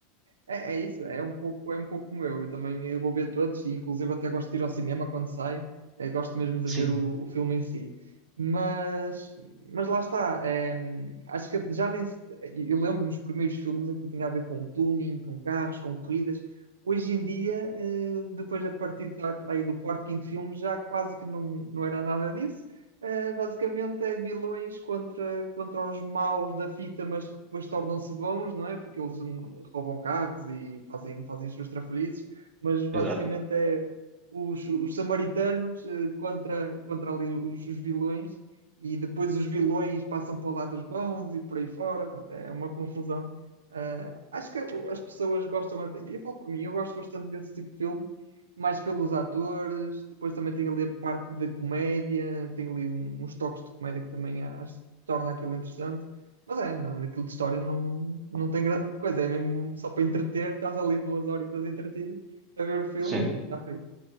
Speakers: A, on the right; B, on the right.
A: É, é isso, é um pouco, é um pouco como eu. Eu também eu vou ver todos, e inclusive até gosto de ir ao cinema quando sai, eh, gosto mesmo de
B: Sim,
A: ver o, o filme em si. Mas, mas lá está, eh, acho que já nem. se- Eu lembro-me dos primeiros filmes, aquilo tinha a ver com tuning, com carros, com corridas. Hoje em dia, eh, depois a partir de, para aí do quarto, quinto filme, já quase que não, não era nada disso. Uh, basicamente é vilões contra, contra os maus da fita, mas que depois tornam-se bons, não é? Porque eles hum, roubam carros e fazem, fazem as suas trafalhices, mas basicamente
B: exato.
A: é os, os samaritanos eh, contra, contra ali os, os vilões, e depois os vilões passam para o lado dos bons e por aí fora, pronto, é uma confusão. Ah, acho que as pessoas gostam, até- eu falo por mim, eu gosto bastante desse tipo de filmes mais pelos atores, depois também tem ali a parte da comédia, tem ali uns toques de comédia que também acho, torna aquilo interessante. Mas é, não, aquilo de história não, não, não tem grande coisa, é mesmo só para entreter, estás ali duas horitas a entreter, a ver o filme
B: Sim.
A: e está feito.